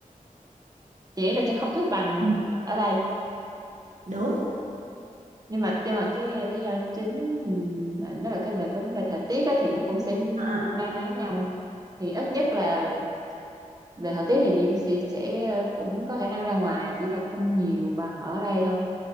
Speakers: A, on the right (about 25°); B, on the right (about 60°).
A: chị nghĩ là sẽ không thích bằng
B: ừ.
A: ở đây
B: đúng
A: nhưng mà nhưng mà cái ờ, lý do chính ừ, mà nó là cái về cái vấn đề thời tiết á, thì nó cũng sẽ
B: à, à,
A: na
B: à.
A: ná nhau thì ít nhất là về thời tiết thì chị sẽ, sẽ ờ, cũng có khả năng ra ngoài chỉ là không nhiều bằng ở đây thôi